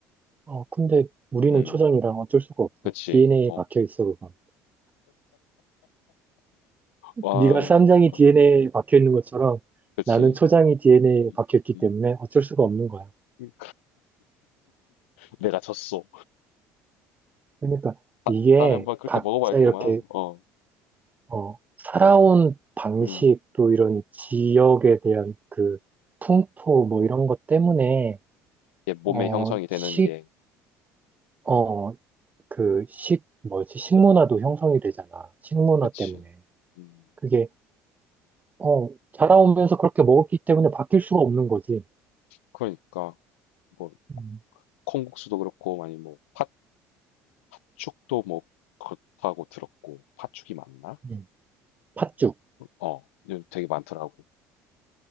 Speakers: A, on the right (about 25°); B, on the left (about 80°).
A: 어, 근데 우리는
B: 음.
A: 초장이랑 어쩔 수가 없어.
B: 그치.
A: DNA에
B: 어.
A: 박혀 있어, 그거.
B: 와.
A: 네가 쌈장이
B: 와,
A: DNA에 박혀 있는 것처럼
B: 그치.
A: 나는 초장이 DNA에
B: 음.
A: 박혀 있기
B: 음.
A: 때문에 어쩔 수가 없는 거야.
B: 음. <laughs> 내가 졌어.
A: 그러니까
B: 다
A: 이게
B: 다음에 한번 그렇게
A: 각자
B: 먹어 봐야겠구만.
A: 이렇게
B: 어.
A: 어, 살아온
B: 음.
A: 방식
B: 음.
A: 또 이런 지역에 대한 그 풍토 뭐 이런 것 때문에
B: 이게 몸의
A: 어,
B: 형성이 되는
A: 식
B: 게.
A: 어, 그 식, 뭐지, 식문화도 형성이 되잖아. 식문화
B: 그치.
A: 때문에.
B: 음.
A: 그게, 어, 자라오면서 그렇게 먹었기 때문에 바뀔 수가 없는 거지.
B: 그러니까 뭐
A: 음,
B: 콩국수도 그렇고 아니 뭐 팥 팥죽도 뭐 그렇다고 들었고 팥죽이 맞나?
A: 음. 팥죽.
B: 어, 요즘 되게 많더라고.